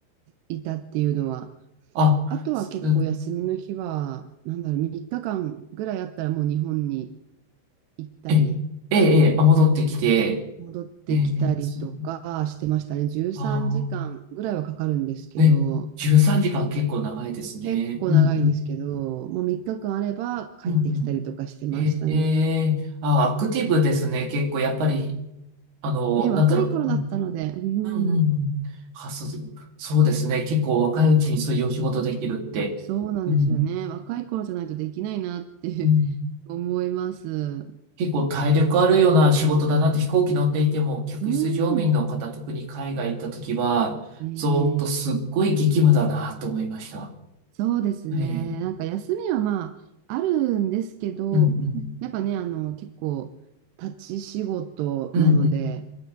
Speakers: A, on the right; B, on the right.
A: いたっていうのは。
B: あ、
A: あとは結構休みの日は、
B: す、
A: なんだろう、3日間ぐらいあったらもう日本に行ったり、
B: ええ、ええ、ええあ、戻ってきて、
A: 戻ってきたりとかしてましたね。
B: ええ、ええ、す、
A: 13時間ぐらいはかかるんですけど、
B: ああ、ね、13時間結構長いですね。
A: 結構長いんですけど、
B: うん、うん、
A: もう3日間あれば帰ってきたりとかしてましたね。
B: うん、うん。ええーあ、アクティブですね。結構、やっぱり、あの、
A: ね、若い頃だったので、
B: なんだろう。うん、
A: う
B: うん、うんうん。
A: ん、
B: あ、そう、そうですね。結構若いうちにそういうお仕事できるって、
A: そうなんですよね。
B: うん、
A: 若い頃じゃないとできないなって
B: うん。
A: <laughs> 思います。
B: 結構体力あるような仕事だなって飛行機乗っていても、客室乗務員の方、
A: うん。
B: 特に海外行った時は、
A: ええ
B: ずっとすっごい激務だなと思いました。
A: そうですね。
B: ええ
A: なんか休みはまあ、あるんですけど、
B: うん、うん、
A: やっぱね、あの、結構、立ち仕事なので、
B: うん、うん。